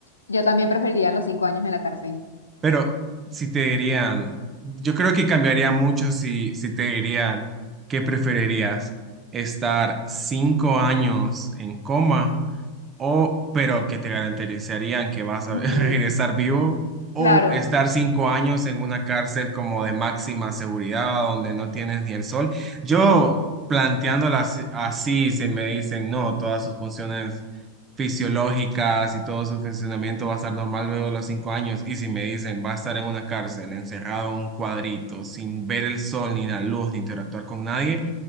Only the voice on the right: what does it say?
Pero si te dirían, yo creo que cambiaría mucho si, si te dirían que preferirías estar cinco años en coma o pero que te garantizarían que vas a
<laughs> regresar vivo o
estar cinco años en una cárcel como de máxima seguridad donde no tienes ni el sol. Yo planteándolas así, se me dicen, no, todas sus funciones fisiológicas y todo su funcionamiento va a estar normal luego de los cinco años. Y si me dicen, va a estar en una cárcel, encerrado en un cuadrito, sin ver el sol, ni la luz, ni interactuar con nadie,